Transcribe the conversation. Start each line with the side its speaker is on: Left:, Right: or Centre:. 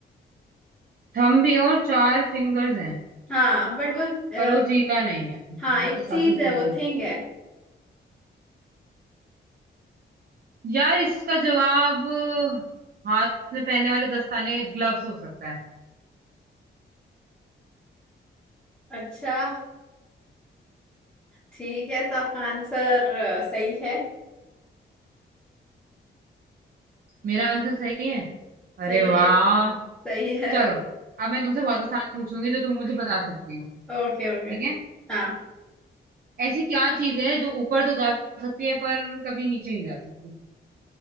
Right: थम भी और चार फिंगर्स हैं
Centre: हाँ बट वो अ,
Right: पर वो जीता नहीं है अच्छा
Centre: हाँ
Right: ये
Centre: एक
Right: तो
Centre: चीज
Right: काफी
Centre: है
Right: ट्रिक
Centre: वो थिंग है
Right: यार इसका जवाब अ, हाथ में पहनने वाले दस्ताने ग्लव्स हो सकता है
Centre: अच्छा ठीक है तो आपका आंसर अ, सही है
Right: मेरा आंसर सही है अरे
Centre: सही
Right: वाह
Centre: है सही है
Right: चलो अब मैं तुमसे बहुत आसान पूछूंगी जो तुम मुझे बता सकती हो
Centre: Okay
Right: ठीक
Centre: okay
Right: है
Centre: हाँ
Right: ऐसी क्या चीज है जो ऊपर तो जा सकती है पर कभी नीचे नहीं जा सकती